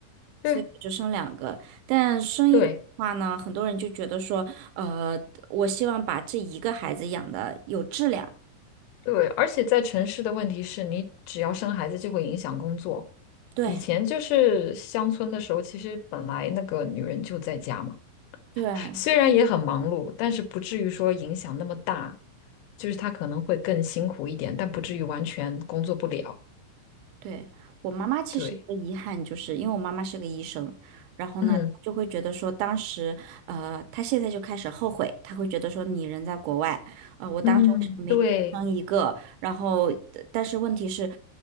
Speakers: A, on the right; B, on the left.
A: 所以我就生两个。
B: 对
A: 但生一个的话呢，
B: 对
A: 很多人就觉得说，呃，我希望把这一个孩子养的有质量。
B: 对，而且在城市的问题是你只要生孩子就会影响工作。
A: 对
B: 以前就是乡村的时候，其实本来那个女人就在家嘛。
A: 对，
B: 虽然也很忙碌，但是不至于说影响那么大，就是他可能会更辛苦一点，但不至于完全工作不了。
A: 对，我妈妈其实一个遗憾，
B: 对，
A: 就是因为我妈妈是个医生，然后呢，
B: 嗯
A: 她就会觉得说，当时，呃，她现在就开始后悔，她会觉得说，你人在国外，呃，我当时为什么没多生一个？
B: 嗯，对，
A: 然后，呃但是问题是，